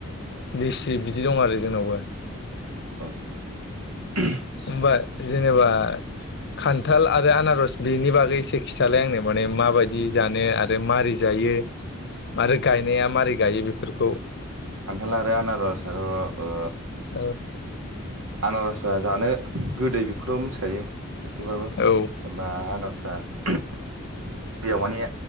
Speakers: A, on the left; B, on the right.
A: लेसि बिदि दं आरो जोंनावबो।
B: अ <unintelligible>
A: होनबा जेनेबा खान्थाल आरो आनारस बेनि बागै एसे खिथालाय आंनो माने माबायदि जानो आरो मारै जायो। यो आरो गायनाया मारै गायो बेफोरखौ
B: खान्थाल आरो आनारस आथ' ओ
A: औ
B: आनारसा जानो गोदै बेखौथ' मिथिखायो एसेबाबो जेनबा
A: औ
B: आनारस दा <unintelligible> बेयाव माने